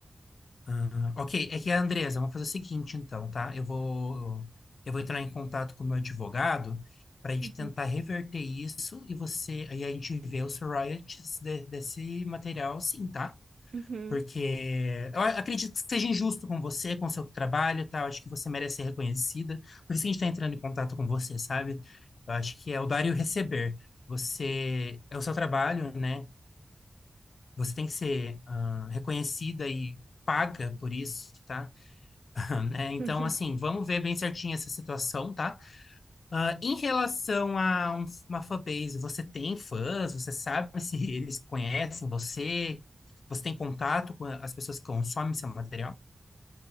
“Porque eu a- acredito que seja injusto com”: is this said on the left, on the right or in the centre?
Left